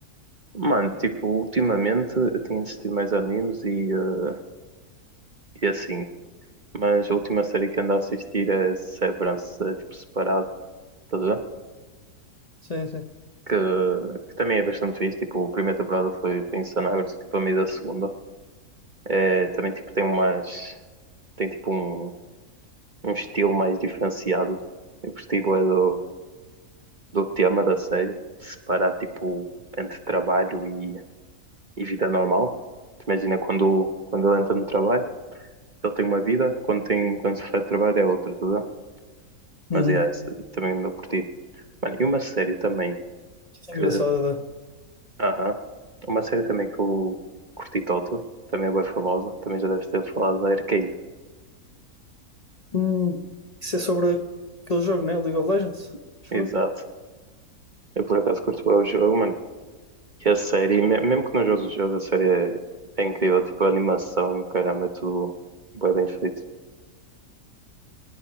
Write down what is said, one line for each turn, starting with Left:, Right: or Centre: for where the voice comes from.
Right: Mano, tipo, ultimamente eu tenho assistido mais animes e, eh, e assim. Mas a última série que ando a assistir é Severance, eh, tipo, separado, tá a ver?
Left: Sim, sim.
Right: Que, que também é bastante fixe. Tipo, a primeira temporada foi, foi insana, agora estou, tipo, a meio da segunda. É, também, tipo, tem umas... Tem, tipo, um, um estilo mais diferenciado. Eu gostei, bué, do, do tema da série. De separar, tipo, entre trabalho e, e vida normal. Tu imagina quando, quando ele entra no trabalho, ele tem uma vida. Quando, tem, quando se faz trabalho é outra, tá a ver? Mas,
Left: Uhum.
Right: é, também não curti. Mano, e uma série também
Left: Isso
Right: Que,
Left: é engraçado, né?
Right: aham. Uma série também que eu curti Tótil, também é bem famosa, também já deves ter falado da Arcane.
Left: Hum, isso é sobre aquele jogo, né? League of Legends, acho
Right: Exato.
Left: eu.
Right: Eu por acaso curto bem o jogo, mano. E a série, me- mesmo que não jogues o jogo, a série é, é incrível, tipo a animação e o caramba, é tudo bem, bem feito.